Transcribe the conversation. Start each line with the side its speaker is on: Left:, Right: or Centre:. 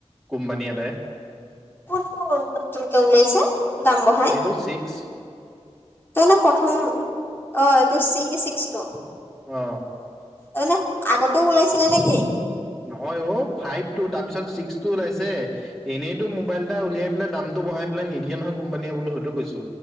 Centre: কোম্পানী এটায়।
Left: আকৌ নতুনকে ওলাইছে দাম বঢ়াই।
Centre: Two six.
Left: তই নে প্ৰথম অ এইটো চি কি চিক্স টো?
Centre: অ।
Left: তামানে আগতেও ওলাইছিলে নেকি?
Centre: নহয় অ ফাইভ টো তাৰপিছত ছিক্স টো ওলাইছে। এনেইটো মোবাইল এটা উলিয়াই পেলাই দামটো বঢ়াই পেলাই নিদিয়ে নহয় কোম্পানীয়ে বোলো সেইটো কৈছো।